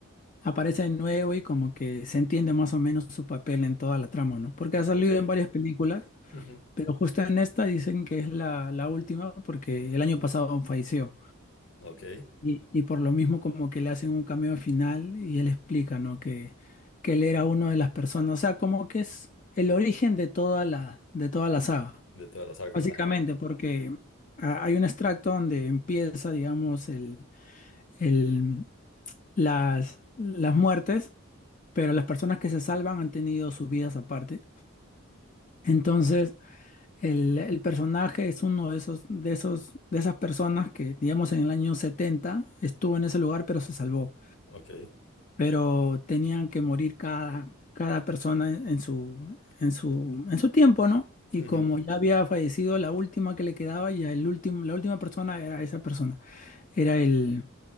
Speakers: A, on the left (about 35°); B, on the left (about 60°).
A: aparece de nuevo y como que se entiende más o menos su papel en toda la trama, ¿no? Porque ha salido
B: Ok.
A: en varias películas,
B: Ujú.
A: pero justo en esta dicen que es la, la última porque el año pasado falleció.
B: Ok.
A: Y, y por lo mismo como que le hacen un cameo final y él explica, ¿no? Que, que él era uno de las personas, o sea, como que es el origen de toda la, de toda la saga,
B: De toda la saga.
A: básicamente,
B: Ajá.
A: porque ah, hay un extracto donde empieza, digamos, el, el, las, las muertes, pero las personas que se salvan han tenido sus vidas aparte. Entonces, el, el personaje es uno de esos, de esos, de esas personas que, digamos, en el año 70 estuvo en ese lugar, pero se salvó.
B: Ok.
A: pero tenían que morir cada, cada persona en en su, en su, en su tiempo, ¿no? Y
B: Ujú.
A: como ya había fallecido la última que le quedaba, ya el último, la última persona era esa persona, era el,